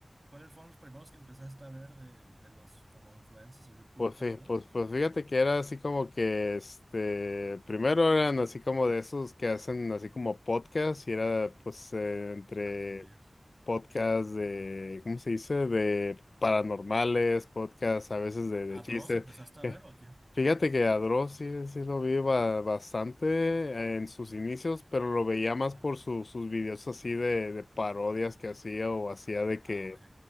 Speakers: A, on the right (about 30°); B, on the left (about 75°).
A: cuáles fueron los primeros que empezaste a ver de, de los como influencers o youtubers,
B: pues
A: te
B: sí,
A: acuerdas?
B: pues, pues fíjate que era así como que, este, primero eran así como de esos que hacen así como podcast y era pues eh, entre
A: ¿A quién veías?
B: podcast de, ¿cómo se dice? De paranormales, podcast a veces de,
A: ¿A,
B: de
A: a
B: chistes.
A: Dross empezaste a
B: <laughs>
A: ver o a quién?
B: Fíjate que a Dross sí, sí lo vi ba- bastante en sus inicios, pero lo veía más
A: Ajá.
B: por su- sus videos así de, de parodias que hacía o hacía de
A: Ah,
B: que,
A: ok.